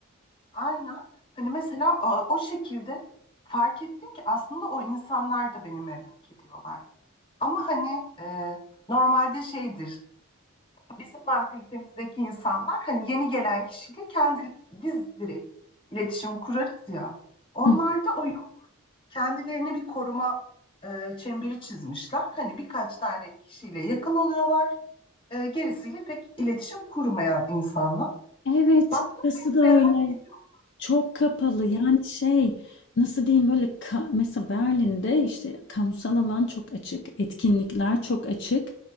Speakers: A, on the left (about 25°); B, on the left (about 55°).
A: aynen hani mesela o, o şekilde fark ettim ki aslında o insanlar da beni merak ediyorlar. Ama hani e, normalde şeydir bizim mantalitemizdeki insanlar hani yeni gelen kişiyle kendi biz direkt iletişim kurarız ya. Onlarda
B: Hı.
A: o kendilerine bir koruma e, çemberi çizmişler. Hani birkaç tane kişiyle yakın oluyorlar. E, gerisiyle pek iletişim kurmayan insanlar.
B: Evet,
A: Baktım
B: burası
A: benim
B: da öyle.
A: merak ediyorum.
B: Çok kapalı yani şey nasıl diyeyim böyle ka- mesela Berlin'de işte kamusal alan çok açık, etkinlikler çok açık